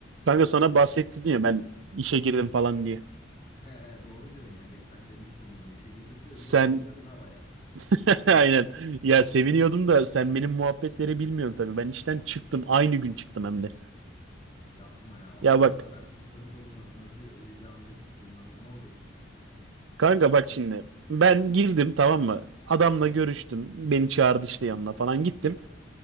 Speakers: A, on the right; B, on the left.
A: Kanka sana bahsettin ya ben işe girdim falan diye.
B: He he doğru diyorsun ya. Geçen demiştin onu. İşe girdim diyor.
A: Sen
B: Bir de seviniyordun ha baya.
A: <laughs> aynen ya seviniyordum da sen benim muhabbetleri bilmiyorsun tabii. Ben işten çıktım aynı gün çıktım hem de.
B: Yapma ya oğlum
A: Ya bak
B: o kadar kutladık onu. Nasıl bir, bir anda çıktın lan ne oldu?
A: kanka bak şimdi ben girdim tamam mı? Adamla görüştüm. Beni çağırdı işte yanına falan gittim.